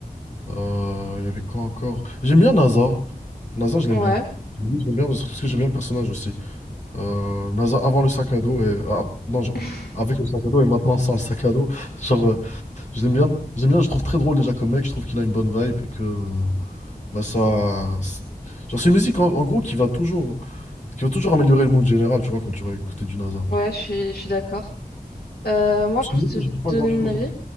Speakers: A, on the left; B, on the left.
A: Euh, il y avait quoi encore? J'aime bien NASA. NASA, je l'aime
B: Ouais,
A: bien. Oui, Je l'aime bien parce parce que j'aime bien le personnage aussi. Euh, NASA avant le sac à dos et... ah, non, genre,
B: <laughs>
A: avec le sac à dos et maintenant sans le sac à dos. <laughs> Genre, euh, je l'aime bien. J'aime bien, je le trouve très drôle déjà comme mec. Je trouve qu'il a une bonne vibe et que... euh, Bah ça... c'est- Genre c'est une musique en, en gros qui va toujours qui va toujours améliorer le mood général, tu vois, quand tu vas écouter du NASA.
B: ouais, je suis, je suis d'accord. Euh, moi,
A: Sinon,
B: pour te
A: je dis pas
B: donner
A: grand-chose
B: mon avis,
A: non plus.